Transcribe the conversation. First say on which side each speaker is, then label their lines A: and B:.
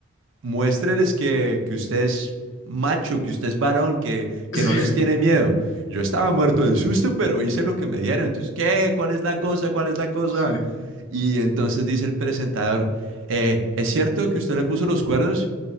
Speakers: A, on the right; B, on the left.
A: muéstreles que, que usted es macho, que usted es varón, que, que
B: <laughs> Sí,
A: no les tiene miedo. Yo estaba muerto de susto, pero hice lo que me dijeron. Entonces, ¿qué? ¿Cuál es la cosa? ¿Cuál es la cosa?
B: sí.
A: Y entonces dice el presentador, "Eh, ¿es cierto que usted le puso los cuernos?